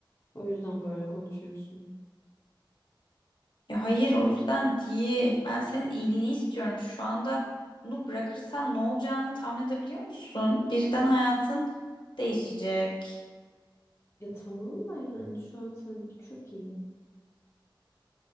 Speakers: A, on the left; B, on the left.
A: O yüzden böyle konuşuyorsun.
B: Ya hayır, o yüzden değil. Ben senin iyiliğini istiyorum. Şu anda bunu bırakırsan ne olacağını tahmin edebiliyor musun? Birden hayatın değişecek.
A: Ya tamam da yani şu an sanki çok iyi.